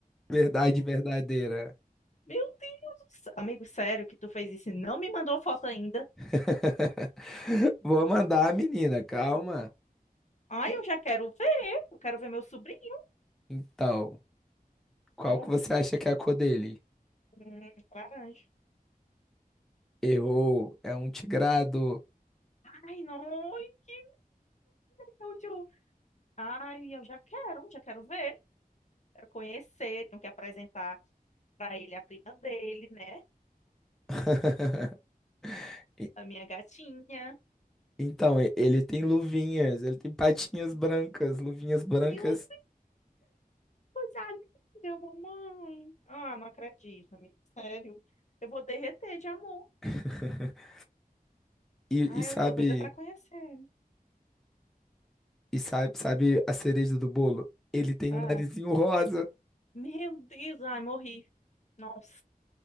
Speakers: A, in the centre; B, on the left (about 50°).
A: Verdade verdadeira.
B: Meu Deus. Amigo, sério que tu fez isso e não me mandou foto ainda?
A: <laughs> Vou mandar a menina, calma.
B: Ai, eu já quero ver. Eu quero ver meu sobrinho.
A: Então, qual
B: Nossa.
A: que você acha que é a cor dele?
B: Hum, laranja.
A: Errou, é um tigrado.
B: Ai, não. Ai, que nojo. Ai, eu já quero. Já quero ver. Quero conhecer. Tenho que apresentar para ele a prima dele, né?
A: <laughs> E-
B: A minha gatinha.
A: Então, e- ele tem luvinhas, ele tem patinhas brancas, luvinhas brancas.
B: Meu Deus, coisa linda, mamãe. Ah, não acredito, amiga. Sério. Eu vou derreter de amor.
A: <laughs> E,
B: Ah,
A: e sabe,
B: eu tô doida pra conhecer.
A: e sabe, sabe a cereja do bolo? Ele tem
B: Ah,
A: um narizinho rosa.
B: meu Deus, ai, morri. Nossa,